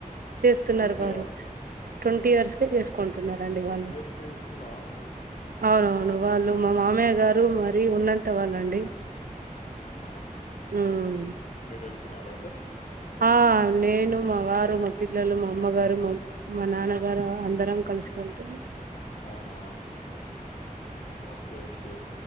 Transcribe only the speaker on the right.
చేస్తున్నారు
వారు ట్వంటీ ఇయర్స్ చేసుకుంటున్నారండి
వాళ్ళు
అవునవును వాళ్ళు మా మామయ్య గారు మరి ఉన్నంత వాళ్ళండి
ఉమ్
ఆ నేను మా వారు మా పిల్లలు మా అమ్మగారు మా మా నాన్నగారు అందరం కలిసి వెెళ్తున్నాం